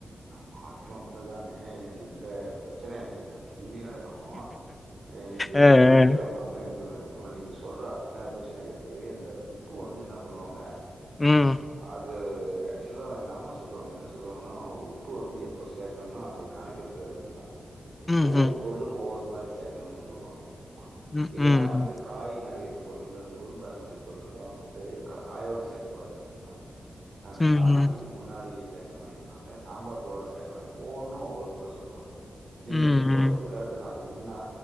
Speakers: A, on the right; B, on the left.
A: மா அதுன்னும் உண்மதாங்க எனக்கு இந்த பிரச்சன எனக்கு நா டெய்லி நடக்கும் அ இன்னக்கி
B: அ அ
A: எங்க வீட்டுக்காரொ அம்மாக்கு எனக்கும் நடக்கும் நீங்க சொல்ற அத்தன பிரச்சனை இருக்கு இந்த உப்பு வந்து என்ன பண்ணுவாங்க
B: ம்
A: அது ஆக்சுவலா எங்க அம்மா சொல்லுவாங்க என்ன சொல்லுவாங்கன்னா உப்பு வந்து எப்போ சேக்கணும்னா ஒரு கணக்கு இருக்கு அப்டின்ப்பாங்க
B: ம்
A: ஒவ்வொரு பொருளுக்கும் ஒவ்வொரு மாரி சேக்கணும்னு சொல்லுவாங்க எங்க அம்மா
B: ம் ம்
A: இல்லன்னா
B: ம்
A: வந்து காய் நறைய இருக்க பொருள்கள் முருங்கா அந்த மாரி பொருட்கள்ளெல்லாம் வந்துட்டு கா காயோட சேக்கக்கூடாது இன்பாங்க அ
B: ம்
A: தாலிக்கத்துக்கு
B: ம்
A: முன்னாடி சேக்கணும் அப்புடிம்பாங்க சாம்பார் தூளோட சேக்கணும் ஒவ்வொன்னும் ஒவ்வொரு முற சொல்லுவங்க நீங்க
B: ம்
A: இந்த சொல்றது
B: ம்
A: கரெக்ட் தா அது என்னன்னா